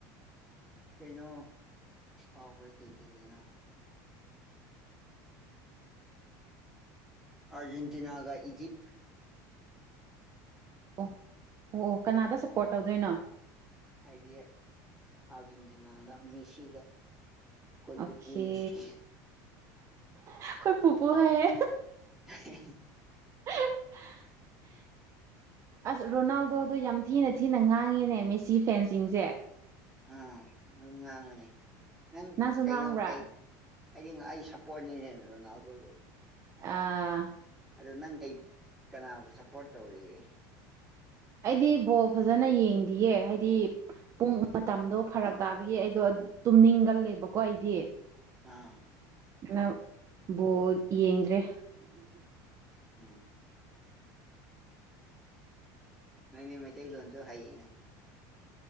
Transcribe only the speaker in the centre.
ꯀꯩꯅꯣ ꯍꯥꯎ ꯐꯣꯏ ꯀꯩ ꯀꯩ ꯀꯩꯅꯣ ꯑꯔꯖꯦꯟꯇꯤꯅꯥꯒ ꯏꯖꯤꯞꯇ
ꯍꯥꯏꯗꯤ ꯑꯔꯖꯦꯟꯇꯤꯅꯥꯗ ꯃꯦꯁꯤꯗ ꯀꯣꯏ
ꯄꯨ ꯄꯨ ꯃꯦꯁꯤ
<unintelligible>
ꯑꯝ ꯑꯗꯨꯝ ꯉꯥꯡꯕꯅꯤ ꯅꯪ
ꯀꯩꯅꯣ
ꯀꯩ ꯍꯥꯏꯗꯤ ꯑꯩ ꯁꯞꯄꯣꯔꯠꯅꯤ ꯔꯣꯅꯥꯜꯗꯣꯕꯨ
ꯑꯗꯨ ꯅꯪ ꯀꯩ ꯀꯅꯥꯕꯨ ꯁꯄꯣꯔꯠ ꯇꯧꯔꯤꯒꯦ
ꯑꯥ
ꯎꯝ ꯅꯪꯗꯤ ꯃꯩꯇꯩ ꯂꯣꯟꯁꯨ ꯍꯥꯏꯌꯦꯅꯦ